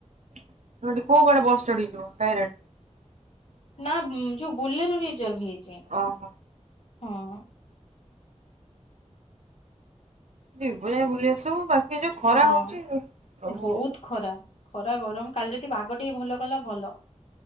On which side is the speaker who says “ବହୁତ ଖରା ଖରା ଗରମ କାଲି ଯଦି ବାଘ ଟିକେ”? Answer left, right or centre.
Left